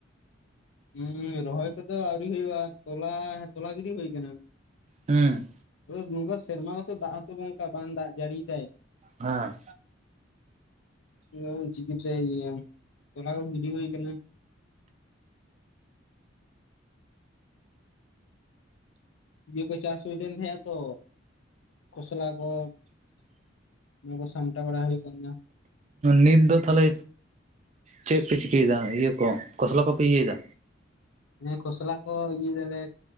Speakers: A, on the left (about 80°); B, on the right (about 35°).
A: ᱩᱸ ᱨᱚᱦᱚᱭ ᱠᱚᱫᱚ ᱟᱹᱣᱨᱤ ᱦᱩᱭᱩᱜᱼᱟ, ᱛᱚᱞᱟ ᱛᱚᱞᱟ ᱜᱤᱰᱤ ᱦᱩᱭ ᱠᱟᱱᱟ᱾
B: ᱦᱩᱸ᱾
A: ᱛᱚ ᱱᱚᱝᱠᱟ ᱥᱮᱨᱢᱟ ᱦᱚᱸᱛᱚ ᱫᱟᱜ ᱦᱚᱛᱚ ᱚᱱᱠᱟ ᱵᱟᱝ ᱫᱟᱜ ᱡᱟᱹᱲᱤᱭ ᱫᱟᱭ᱾
B: ᱦᱮᱸ᱾
A: ᱚᱱᱟ ᱪᱤᱠᱟᱹ ᱛᱮ ᱤᱭᱟᱢᱟ ᱛᱚᱞᱟᱣ ᱜᱤᱰᱤ ᱦᱩᱭ ᱟᱠᱟᱱᱟ ᱤᱭᱟᱹ ᱠᱚ ᱪᱟᱥ ᱦᱩᱭ ᱞᱮᱱ ᱛᱟᱦᱮᱸᱼᱟ ᱛᱚ ᱠᱷᱚᱥᱞᱟ ᱠᱚ ᱚᱱᱟ ᱠᱚ ᱥᱟᱢᱴᱟ ᱵᱟᱲᱟ ᱦᱩᱭ ᱠᱟᱱᱟᱱᱟ᱾
B: ᱱᱤᱛ ᱫᱚ ᱛᱟᱦᱞᱮ ᱪᱮᱫ ᱯᱮ ᱪᱤᱠᱟᱹᱭ ᱫᱟ ᱤᱭᱟᱹ ᱠᱚ ᱠᱷᱚᱥᱞᱟ ᱠᱚᱯᱮ ᱤᱭᱟᱹᱭ ᱫᱟ?
A: ᱦᱮᱸ ᱠᱷᱚᱥᱞᱟ ᱠᱚ ᱤᱭᱟᱹ ᱫᱟᱞᱮ